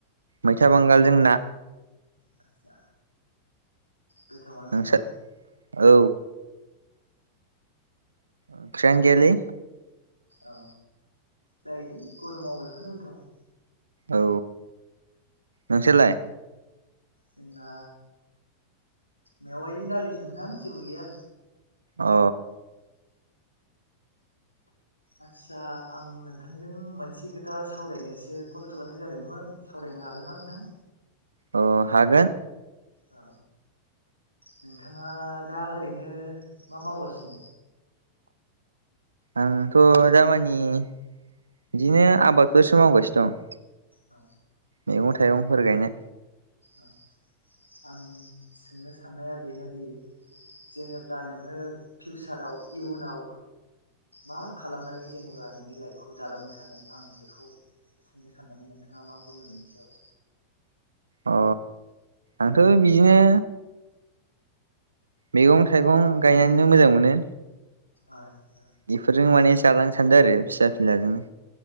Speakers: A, on the right; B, on the left.
A: मैथा बांगाल जोंना
B: आदसा गोथावानोथ'
A: नोंसा औ ओंख्रियानो गैयालि
B: औ जायोले गरमाव बेफोरनो गोथाव
A: औ नोंसोरलाय
B: जोंना मेवायजों दालि सोनोथां जेबो गैया
A: अ
B: आदसा आं नोंथांजों मोनसे खोथा सावरायनोसो कल खालामनाय जादोंमोन सावरायनाय नायनो हागोन ना नोंथां
A: अ हागोन
B: औ नोंथाङा दा ओरैनो मा मावगासिनो
A: आंथ' दामानि बिदिनो आबादफोरसो मावगासिनो दं
B: औ
A: मैगं थाइगंफोर गायनाय
B: औ आं सोंनो साननाया बेनोदि जेनेब्ला नोङो फिउचाराव इयुनाव मा खालामनानै जेनेबा नोंनि लाइफखौ दालांनो सानो आं बेखौ सोंनो सानदोंमोन नोंथाङा मा बुङो बेनि सायाव
A: अ आंथ' बिदिनो मैगं थाइगं गायनानैनो मोजां मोनो
B: आतसा
A: बेफोरजों माने जालांनो सानदों आरो फिसा फिलाजोंनो